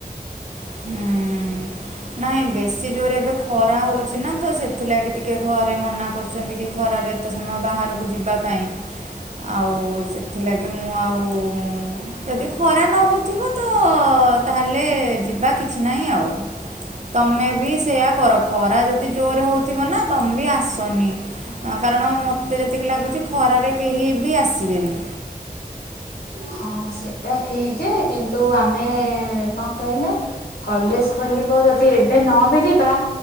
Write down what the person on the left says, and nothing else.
ହ <inaudible> ହଁ ସେଇଟା ଠିକ ଯେ କିନ୍ତୁ ଆମେ କଣ କହିଲ କଲେଜ ଖୋଲିବ ଯଦି ଏବେ ନ ବି ଯିବା